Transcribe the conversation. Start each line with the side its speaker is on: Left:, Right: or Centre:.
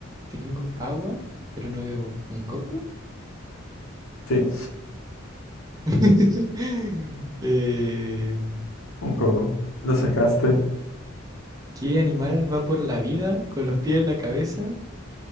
Right: Tengo agua, pero no bebo. ¿Un coco?
Left: Sí,
Right: <laughs> Eh,
Left: un coco. Lo sacaste.
Right: ¿qué animal va por la vida con los pies en la cabeza?